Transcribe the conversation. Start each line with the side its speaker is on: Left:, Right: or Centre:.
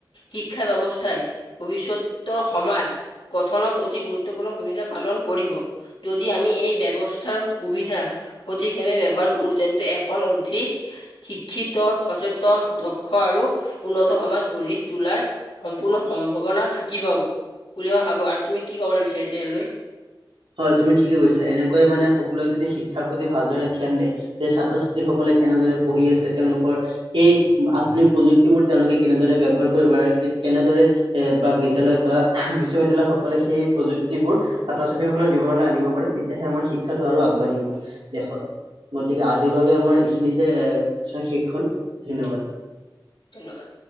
Left: শিক্ষা ব্যৱস্থাই ভৱিষ্যত সমাজ গঠনত অতি গুৰুত্বপূৰ্ণ ভূমিকা পালন কৰিব। যদি আমি এই ব্যৱস্থাৰ সুবিধা সঠিকভাৱে ব্যৱহাৰ কৰোঁ তেন্তে এখন অধিক শিক্ষিত সচেতন দক্ষ আৰু উন্নত সমাজ গঢ়ি তোলাৰ সম্পূৰ্ণ সম্ভাৱনা থাকিব। ওলোৱা ভাবা আৰু তুমি কি ক'বলৈ বিচাৰিচে ইয়াৰ লৈ।
Right: হয়, তুমি ঠিকে কৈছা, এনেকৈয়ে মানে সকলোৱে যদি শিক্ষাৰ প্ৰতি ভালদৰে ধ্যান দিয়ে। এই ছাত্ৰ ছাত্ৰীসকলে কেনেদৰে পঢ়ি আছে, তেওঁলোকৰ সেই আধুনিক প্ৰযুক্তিবোৰ তেওঁলোকে কেনেদৰে ব্যৱহাৰ কৰিব পাৰে ঠিক কেনেদৰে এ বা বিদ্যালয় বা বিশ্ববিদ্যয়ালয় সকলে সেই প্ৰযুক্তিবোৰ ছাত্ৰ ছাত্ৰীসকলৰ জীৱনলৈ আনিব পাৰে, তেতিয়াহে আমাৰ শিক্ষাটো আৰু আগবাঢ়িব দেশত। গতিকে আজিৰ বাবে আমাৰ এইখিনিতে এ কথা শেষ হ'ল, ধন্যবাদ।
Left: ধন্যবাদ।